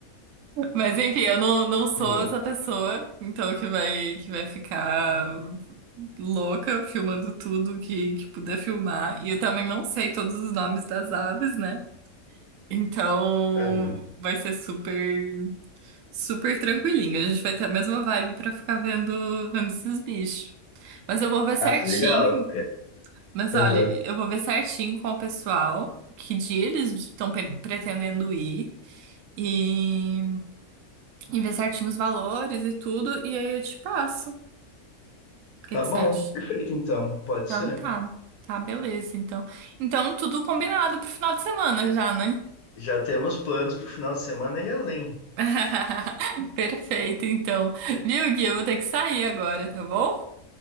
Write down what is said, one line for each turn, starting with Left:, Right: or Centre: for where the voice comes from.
Right: Mas enfim, eu não, não sou
Left: De boa.
Right: essa pessoa, então que vai, que vai ficar louca filmando tudo que, que puder filmar. E eu também não sei todos os nomes das aves, né? Então
Left: Aham.
Right: vai ser super, super tranquilinho. A gente vai ter a mesma vibe pra ficar vendo, vendo esses bichos. Mas eu vou ver certinho
Left: Ah, legal. É,
Right: Mas
Left: aham.
Right: olha, eu vou ver certinho com o pessoal que dia eles estão pe- pretendendo ir e, e ver certinho os valores e tudo, e aí eu te passo. O que
Left: Tá
Right: que
Left: bom,
Right: você acha?
Left: perfeito então, pode
Right: Então
Left: ser.
Right: tá, tá, beleza. Então, então tudo combinado pro final de semana já, né?
Left: Já temos planos para o final de semana e além.
Right: <laughs> Perfeito, então. Viu, Gui? Eu vou ter que sair agora, tá bom?